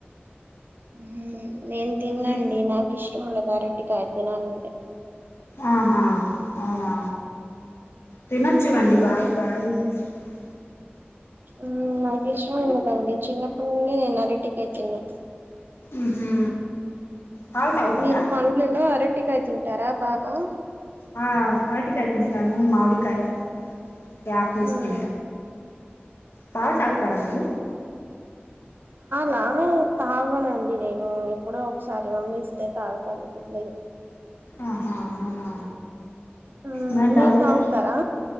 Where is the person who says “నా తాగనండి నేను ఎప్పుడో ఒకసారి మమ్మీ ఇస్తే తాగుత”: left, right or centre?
Right